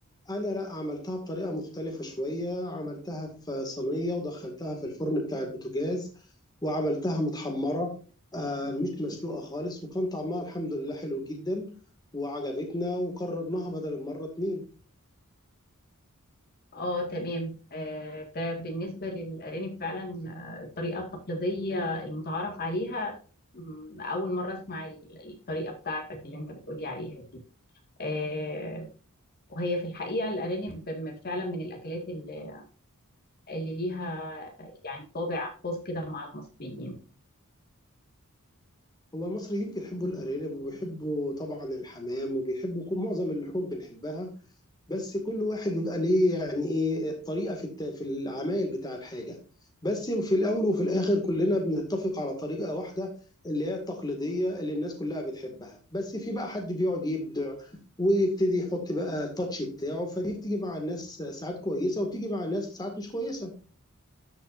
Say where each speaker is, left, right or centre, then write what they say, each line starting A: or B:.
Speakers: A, on the left; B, on the left.
A: أنا لا عملتها بطريقة مختلفة شوية عملتها في صينية ودخلتها في الفرن بتاع البوتاجاز وعملتها متحمرة آه، مش مسلوقة خالص وكان طعمها الحمد لله حلو جدا وعجبتنا وكررناها بدل المرة اتنين
B: اه تمام آه، ده بالنسبة للأرانب فعلا آه، الطريقة التقليدية المتعارف عليها مم، أول مرة أسمع ال- الطريقة بتاعتك اللي أنت بتقولي عليها دي آه، وهي في الحقيقة الأرانب م- فعلا من الأكلات اللي اللي ليها يعني طابع خاص كده مع المصريين
A: هو المصري يمكن يحبوا الارانب وبيحبوا طبعا الحمام وبيحبوا كل معظم اللحوم بنحبها بس كل واحد بيبقى ليه يعني ايه طريقه في الت- في العمايل بتاع الحاجه بس في الاول وفي الاخر كلنا بنتفق على طريقه واحده اللي هي التقليديه اللي الناس كلها بتحبها بس في بقى حد بيقعد يبدع ويبتدي يحط بقى التاتش بتاعه فدي بتيجي مع الناس ساعات كويسه وتيجي مع الناس ساعات مش كويسه